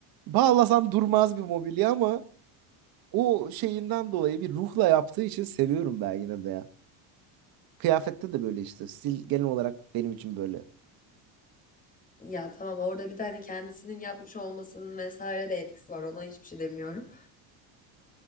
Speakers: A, on the right; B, on the left.
A: bağlasan durmaz bir mobilya ama o şeyinden dolayı bir ruhla yaptığı için seviyorum ben yine de ya. Kıyafette de böyle işte. Stil genel olarak benim için böyle.
B: Ya tamam orada bir tane kendisinin yapmış olmasının vesaire de etkisi var. Ona hiçbir şey demiyorum.